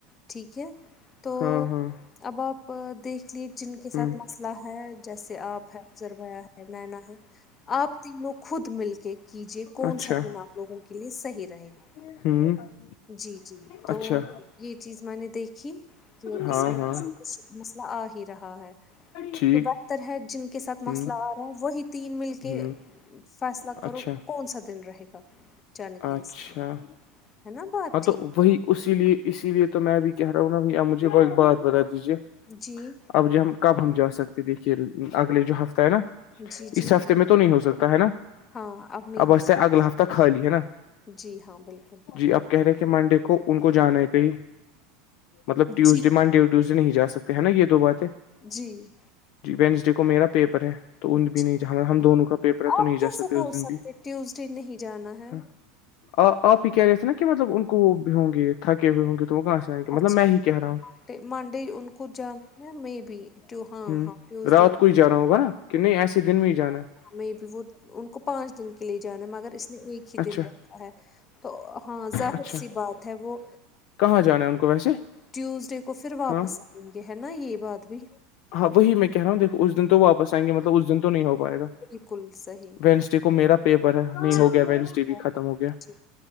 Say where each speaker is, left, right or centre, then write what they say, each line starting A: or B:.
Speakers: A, on the left; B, on the left.
A: ٹھیک ہے تو
B: ہاں ہاں
A: اب آپ دیکھ لیے جن کے
B: ہ
A: ساتھ
B: ہ ہ
A: مسئلہ ہے جیسے آپ ہیں زربیا ہے نینا ہے آپ تینوں خود مل کے کیجیے کون
B: اچھا
A: سا دن آپ لوگوں کے لیے صحیح رہے گا
B: ہ <inaudible>
A: جی جی تو
B: اچھا
A: یہ چیز میں نے دیکھیھی کہ
B: ہاں
A: اس میں
B: ہاں
A: کچھ مسئلہ آ ہی رہا ہے
B: ٹھیک
A: تو بس ر ہے جن کے ساتھ
B: ہ
A: مسئلہ آ رہا ہے وہی تین مل کے
B: ہ
A: فیصلہ
B: اچھا
A: کرو کہ کون سا دن رہے گا جانے کے
B: اچھا
A: لیے اس لی ہے نا بات
B: ہاں
A: ٹھیک
B: تو وہی اسی لیے اسی لیے تو میں بھی کہہ رہا ہوں نا بھ آپ مجھے وہ ایک بات بتا دیجیے
A: جی
B: اب ج ہم کب ہم جا سکتے دیکھیے اگلے جو ہفتہ ہے نا
A: جی، جی،
B: اس ہفتے میں تو تو نہیں ہو سکتا ہے نا
A: ہاں، اب نہیں
B: ابچتے
A: ہو سکتا
B: اگلا ہفتہ خالی ہے نا
A: جی ہاں، بالکل،
B: جی اب کہ رہے کہ منڈے کو ان کو جانا ہے کہیں مطلب ٹیوزڈے
A: جی،
B: منڈےٹی ے نہیں جا سکتے ہے نا یہ دو باتیں
A: جی
B: جی وینسڈے کو میرا پیپر ہے تو
A: جی،
B: ان بھی نہیں ج ہم دونوں کا پیپر ہے تو
A: آپ
B: نہیں جا
A: کیسے
B: سکتے
A: بول
B: اس دن
A: سکتے
B: بھی
A: ٹیوزڈے نہیں جانا ہے؟
B: ہاں آپ آپ ہی کہہ رہے نا کہ مطلب ان کو وہ بھی ہوں گے تھے ہوئے ہوں گے تو وہ کہاں سے آئیں گےطلب
A: اچھا،
B: میں ہی کہہ رہاوں
A: منڈے ان کو جانا ہے م بی ہاں
B: ہ
A: ہاں ٹیوزڈے
B: رات کو جانا ہوگا کہ نہیں ایسے دن میں ہی جانا ہے
A: م بھی وہ ان کو پانچ دن کے لیے جانا مگر اس نے ایک ہی
B: اچھا
A: دن رکھا ہے تو ہاں ظاہر
B: اچھا
A: سی بات ہے وہ
B: کہاں جانا ہے ان کو ویسے
A: ٹیوزڈے کو پھر واپس
B: ہاں
A: آئیں گے ہے نا یہ بات بھی
B: ہاں وہی میں کہہ رہا ہوںیکھ اس دن تو واپس آئیں گے مطلب اس دن تو نہیں ہو پائے گا
A: بکل صحیح
B: وینسڈے کو میرا پیپر ہے نہیں
A: جی
B: ہو گیا وینس ڈے بھی
A: ہاں
B: ختم ہو گیا
A: جی